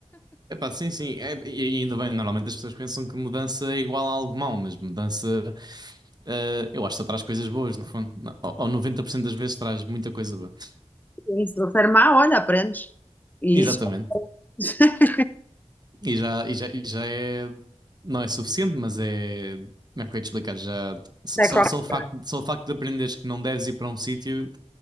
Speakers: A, on the right; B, on the left.
A: Epá, sim, sim. É, e ainda bem, normalmente as pessoas pensam que mudança é igual a algo mau, mas mudança, eh, eu acho que só traz coisas boas, no fundo. Não, Ou, ou 90% das vezes traz muita coisa boa.
B: E Se não for má, olha, aprendes. E
A: Exatamente.
B: isso <laughs>
A: E já, e já, e já é. Não é suficiente, mas é. Como é que eu ia te explicar? Já, só,
B: é qualquer-
A: só o facto, só o facto de aprenderes que não deves ir para um sítio,